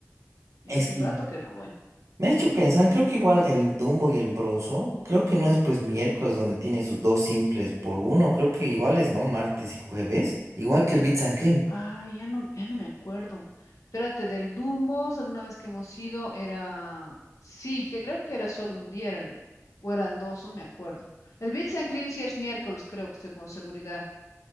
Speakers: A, on the left (about 75°); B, on the right (about 65°).
A: Y
B: es
A: hace
B: que
A: rato que no voy.
B: me ha hecho pensar, creo que igual el Dumbo y el Broso, creo que no es pues miércoles donde tienen sus dos simples por uno, creo que iguales, ¿no? Martes y jueves, igual que el Bits and Cream.
A: Ay, ya no, ya no me acuerdo. Espérate, del Dumbos, alguna vez que hemos ido, era. Sí, creo que era solo un día, era el- o eran dos, no me acuerdo. El Bits and Cream sí es miércoles, creo que estoy con seguridad.